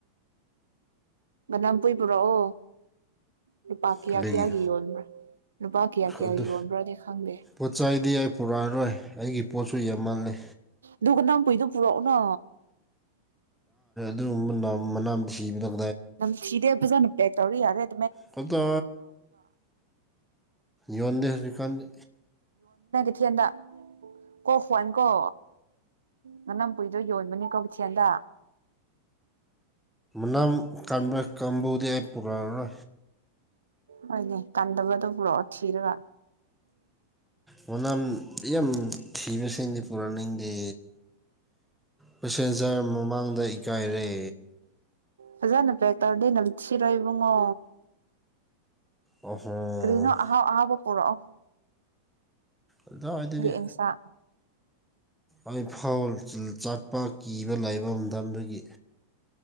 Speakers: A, on the right (about 70°); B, in the centre.
A: ꯑ ꯅꯝ ꯀꯨꯏ ꯄꯨꯔꯛꯑꯣ ꯅꯨꯄꯥ ꯀꯌꯥ
B: ꯀꯔꯤꯒꯤ
A: ꯀꯌꯥꯒꯤ ꯌꯣꯟꯕ꯭ꯔ ꯅꯨꯄꯥ ꯀꯌꯥ ꯀꯌꯥꯒꯤ
B: ꯑꯗꯨ
A: ꯌꯣꯟꯕ꯭ꯔꯥꯅ ꯈꯪꯗꯦ
B: ꯄꯣꯠ ꯆꯩꯗꯤ ꯑꯩ ꯄꯨꯔꯛꯑꯔꯣꯏ ꯑꯩꯒꯤ ꯄꯣꯠꯁꯨ ꯌꯥꯝ ꯃꯥꯜꯂꯦ
A: ꯗꯨꯀꯥꯟ ꯅꯝ ꯄꯨꯏꯗꯣ ꯄꯨꯔꯛꯅ
B: ꯑꯗꯨꯒꯨꯝꯕꯥ ꯃꯅꯥ ꯁꯤꯕꯗ
A: ꯅꯝ ꯁꯤꯗꯦꯕꯖꯅ ꯄꯦꯦ ꯇꯧꯔꯤ ꯍꯥꯏꯦ
B: ꯄꯇꯥ ꯌꯗꯦ ꯀꯥꯟꯗ
A: ꯀꯊꯦꯜꯗ ꯀꯣ ꯍꯣꯏꯅꯀꯣ ꯃꯅꯝ ꯀꯨꯏꯗꯣ ꯌꯣꯟꯕꯅꯤꯀꯣ ꯀꯊꯦꯜꯗ
B: ꯅꯪ ꯀꯟꯕ ꯀꯕꯨꯗꯤ ꯑꯄꯨ ꯃꯔꯅ
A: ꯍꯣꯏꯅꯦ ꯀꯟꯗꯕꯗꯣ ꯄꯨꯔꯛꯑꯣ ꯊꯤꯔꯒ
B: ꯃꯅ ꯌꯥꯝ ꯊꯤꯕꯁꯤꯡꯗꯤ ꯄꯨꯔꯛꯅꯤꯡꯗꯦ ꯄꯦꯁꯦꯟꯖꯔ ꯃꯃꯥꯡꯗ ꯏꯀꯥꯏꯔꯦ
A: ꯐꯖꯅ ꯄꯦꯛ ꯇꯧꯔꯗꯤ ꯅꯝ ꯊꯔꯣꯏ ꯏꯕꯨꯡꯉꯣ
B: ꯑꯣꯍꯣ
A: ꯀꯔꯤꯅꯣ ꯑꯍꯥꯎ ꯑꯍꯥꯎ ꯄꯨꯔꯛ
B: ꯑꯗꯨꯋꯥꯏꯗꯒꯤ
A: ꯏꯟꯁꯥꯡ
B: ꯑꯩꯐꯥꯎ ꯆꯠꯄ ꯀꯤꯕ ꯂꯩꯕ ꯂꯝꯗꯨꯒꯤ